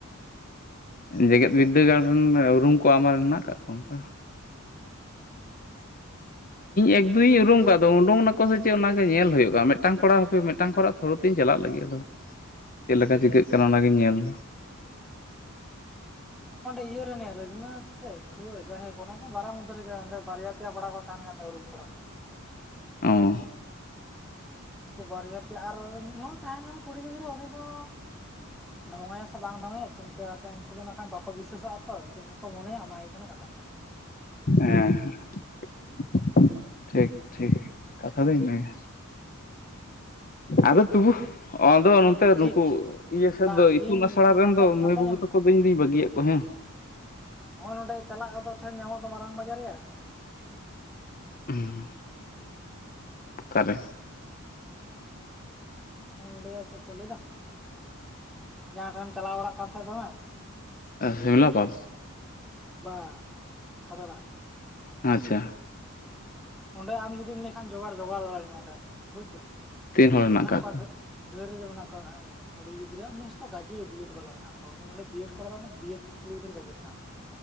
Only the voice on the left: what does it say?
ᱡᱮᱜᱮᱫ ᱵᱤᱫᱽᱫᱟᱹᱜᱟᱲ ᱨᱮᱱ ᱩᱨᱩᱢ ᱠᱚᱣᱟᱢ ᱟᱢ ᱨᱮᱱ ᱢᱮᱱᱟᱜ ᱟᱠᱟ ᱠᱚᱣᱟ ᱚᱱᱠᱟ ᱮᱠ ᱫᱩᱭᱤᱧ ᱩᱨᱩᱢ ᱠᱚᱣᱟ ᱟᱫᱚ ᱩᱰᱩᱝ ᱱᱟᱠᱚ ᱥᱮ ᱪᱮᱫ ᱚᱱᱟᱜᱮ ᱧᱮᱞ ᱦᱩᱭᱩᱜᱼᱟ ᱢᱤᱫᱴᱟᱝ ᱠᱚᱲᱟ ᱦᱟᱯᱮ ᱢᱤᱫᱴᱟᱝ ᱠᱚᱲᱟ ᱛᱷᱩᱲᱩ ᱛᱤᱧ ᱪᱟᱞᱟᱜ ᱞᱟᱹᱜᱤᱫ ᱟᱫᱚ ᱪᱮᱫ ᱞᱮᱠᱟ ᱪᱤᱠᱟᱹᱜ ᱠᱟᱱᱟ ᱚᱱᱟᱜᱤᱧ ᱧᱮᱞ ᱫᱟ
ᱚᱸ
ᱮᱸᱦᱮᱸ <inaudible> ᱴᱷᱤᱠ ᱴᱷᱤᱠ ᱠᱟᱛᱷᱟ ᱫᱚ ᱤᱱᱟᱹ ᱜᱮ ᱟᱫᱚ ᱛᱩᱵᱩ ᱟᱫᱚ
ᱱᱩᱠᱩ ᱤᱭᱟᱹ ᱥᱮᱫ
ᱫᱚ ᱤᱛᱩᱱ
ᱟᱥᱲᱟ ᱨᱮᱱ
ᱫᱚ
ᱢᱟᱹᱭ ᱵᱟᱹᱵᱩ
ᱛᱟᱠᱚ ᱫᱚᱧ ᱵᱟᱹᱜᱤᱭᱟᱜ ᱠᱚᱣᱟ ᱦᱮᱸ
ᱩᱸᱦ ᱟᱠᱟ ᱨᱮ?
ᱥᱤᱢᱞᱟᱯᱟᱞ
ᱟᱪᱷᱟ
ᱛᱤᱱ ᱦᱚᱲ ᱦᱮᱱᱟᱜ
ᱠᱟᱜ